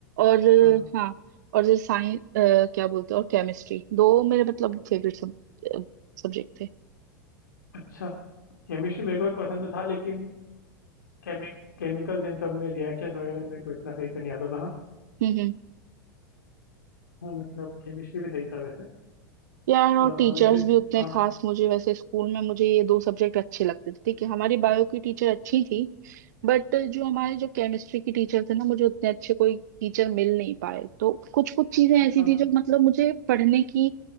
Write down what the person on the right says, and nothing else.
और
अ, हाँ और जैसे साइंस क्या बोलते हैं और केमिस्ट्री दो मेरे मतलब फेवरेट सब, सब्जेक्ट थे
हम्म, हम्म।
यार और
टीचर्स
भी उतने
खास मुझे वैसे स्कूल में मुझे ये दो सब्जेक्ट अच्छे लगते थे ठीक है हमारी बायो की टीचर अच्छी थी बट जो हमारे जो केमिस्ट्री की टीचर थे ना मुझे उतने अच्छे कोई टीचर मिल नहीं पाए तो कुछ कुछ चीजें
ऐसी थी जो मतलब मुझे पढ़ने की